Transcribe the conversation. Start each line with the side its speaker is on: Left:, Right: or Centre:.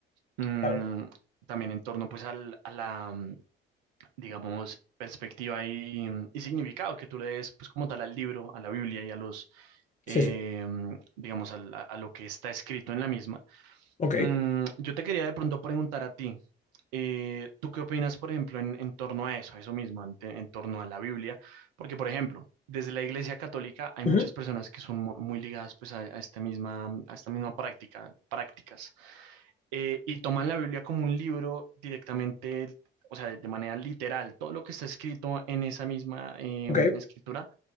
Right: mm,
Left: claro.
Right: también en torno pues al, a la, digamos, perspectiva y, y significado que tú le des, pues como tal, al libro, a la Biblia y a los,
Left: Sí,
Right: eh,
Left: sí.
Right: digamos, al- a, a lo que está escrito en la misma.
Left: Ok.
Right: Mm, yo te quería de pronto preguntar a ti, eh, ¿tú qué opinas, por ejemplo, en, en torno a eso, a eso mismo, en, te- en torno a la Biblia? Porque, por ejemplo, desde la Iglesia Católica hay
Left: Ujú.
Right: muchas personas que son mu- muy, ligadas pues a, a esta misma, a esta misma práctica, prácticas eh, y toman la Biblia como un libro directamente, o sea, de, de manera literal. Todo lo que está escrito en esa misma eh,
Left: Ok,
Right: escritura,